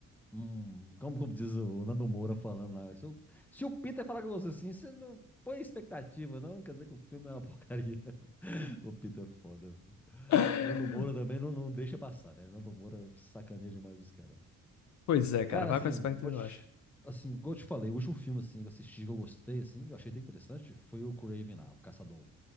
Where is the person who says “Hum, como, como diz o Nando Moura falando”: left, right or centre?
Centre